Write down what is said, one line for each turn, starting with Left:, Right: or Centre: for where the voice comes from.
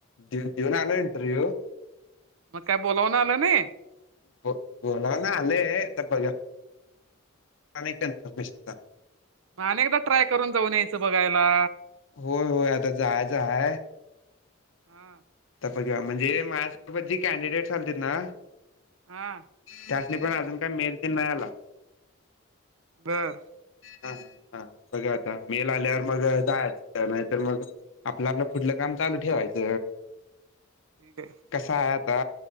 Left: दु दीऊन आलो इंटरव्ह्यू.
Right: मग काय बोलावन आलं नाही?
Left: ब बोलावन आलेय आता बघ्याव. <unintelligible> नाही कन्फर्मेशनचा.
Right: म आणि एकदा ट्राय करून जाऊन यायचं बघायला.
Left: होय होय आता जायचं हाय.
Right: हम्म
Left: आता बघा. म्हणजे मायासोबत जे कॅनडिडेट आलतेत ना
Right: हा
Left: त्यासनी पण अजून काय मेल तेन नाही आला.
Right: बर
Left: हा हा बघा आता. मेल आल्यावर मग जायच. नाहीतर मग आपल आपल पुढल काम चालू ठेवायच.
Right: <unintelligible>
Left: कसाय आता